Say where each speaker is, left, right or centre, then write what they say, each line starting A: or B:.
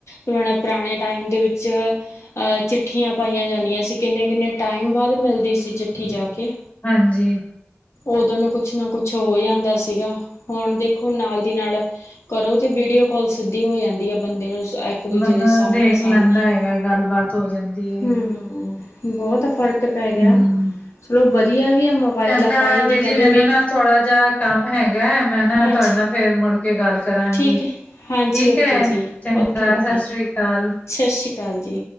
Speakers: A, on the left; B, on the left.
A: ਹੁਣ ਪੁਰਾਣੇ ਟਾਈਮ ਦੇ ਵਿੱਚ ਅ ਚਿੱਠੀਆਂ ਪਾਈਆਂ ਜਾਂਦੀਆਂ ਸੀ। ਕਿੰਨੇ- ਕਿੰਨੇ ਟਾਈਮ ਬਾਅਦ ਮਿਲਦੀ ਸੀ ਚਿੱਠੀ ਜਾ ਕੇ।
B: ਹਾਂਜੀ
A: ਉਦ ਨੂੰ ਕੁਛ ਨਾ ਕੁਛ ਹੋ ਜਾਂਦਾ ਸੀਗਾ। ਹੁਣ ਦੇਖੋ ਨਾਲ ਦੀ ਨਾਲ ਕਰੋ ਤੇ ਵੀਡੀਓ ਕਾਲ ਸਿੱਧੀ ਹੋ ਜਾਂਦੀ ਹੈ ਬੰਦੇ ਨੂੰ ਇੱਕ ਦੂਜੇ
B: ਬੰਦਾ
A: ਦੇ ਸਾਹਮਣੇ
B: ਦੇਖ
A: -ਸਾਹਮਣੇ,
B: ਲੈਂਦਾ ਹੈਗਾ ਗੱਲਬਾਤ ਹੋ ਜਾਂਦੀ ਹੈਗੀ
A: ਹਮ। ਬਹੁਤ ਫ਼ਰਕ ਪੈ ਗਿਆ।
B: ਹੂੰ।
A: ਚਲੋ ਵਧੀਆ ਵੀ ਆ ਮੋਬਾਇਲ
B: ਚੰਗਾ
A: ਆਪਾਂ ਇਹ ਨੀ
B: ਦੀਦੀ
A: ਕਹਿੰਦੇ
B: ਮੈਨੂੰ
A: ਵੀ
B: ਨਾ ਥੋੜਾ ਜਿਹਾ ਕੰਮ ਹੈਗਾ, ਮੈਂ ਨਾ
A: ਹਾਂਜੀ
B: ਤੁਹਾਡੇ ਨਾਲ ਫੇਰ ਮੁੜ ਕੇ ਗੱਲ ਕਰਾਂਗੀ।
A: ਠੀਕ ਹੈ ਹਾਂਜੀ
B: ਠੀਕ
A: ਓਕੇ
B: ਹੈ,
A: ਜੀ
B: ਚੰਗਾ
A: ਓਕੇ ਓਕੇ
B: ਸਤਿ ਸ੍ਰੀ ਅਕਾਲ।
A: ਸਤਿ ਸ਼੍ਰੀ ਅਕਾਲ ਜੀ।